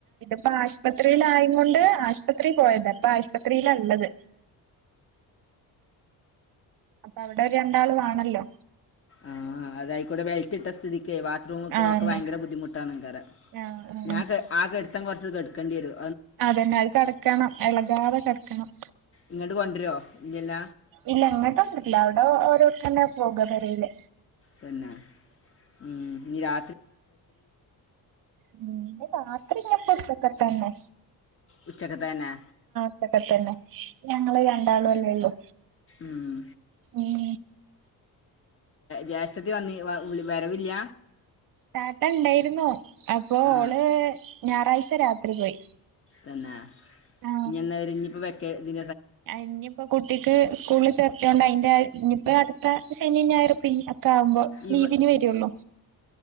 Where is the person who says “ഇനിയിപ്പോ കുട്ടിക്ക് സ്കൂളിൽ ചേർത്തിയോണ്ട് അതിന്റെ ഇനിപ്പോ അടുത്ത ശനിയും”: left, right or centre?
Right